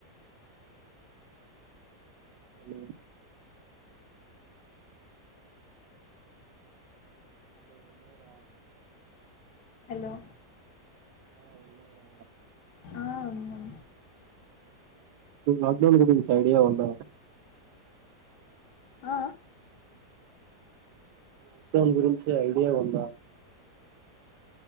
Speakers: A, on the right; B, on the left.
A: హలో హలో ఉన్నారా
B: హలో
A: ఆ ఉన్నార
B: ఆ ఉన్నాం
A: లాక్డౌన్ గురించి ఐడియా ఉందా
B: ఆ
A: లక్డౌన్ గురించి ఐడియా ఉందా